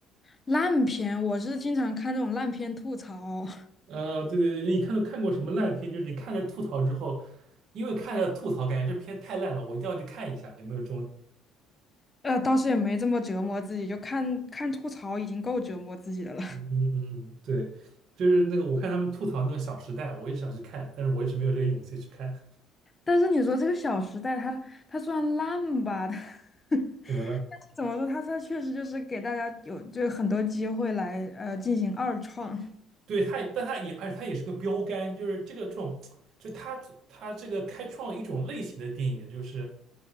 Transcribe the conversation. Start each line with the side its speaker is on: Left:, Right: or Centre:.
Left: 烂片，我是经常看这种烂片吐槽。
Right: 呃，对对对，你看到看过什么烂片？就是你看着吐槽之后，因为看着吐槽，感觉这片太烂了，我一定要去看一下，有没有这种？
Left: 呃，倒是也没这么折磨自己，就看看吐槽已经够折磨自己的了。
Right: 嗯嗯嗯，嗯对，就是那个我看他们吐槽那个《小时代》，我一直想去看，但是我一直没有这个勇气去看。
Left: <laughs> 但是你说这个《小时代》它，它虽然烂吧，它 <laughs> 但
Right: 怎么了？
Left: 是怎么说，它它确实就是给大家有就很多机会来呃进行二创。
Right: 对，他也，但他也，而且他也是个标杆，就是这个这种，就他他这个开创了一种类型的电影，就是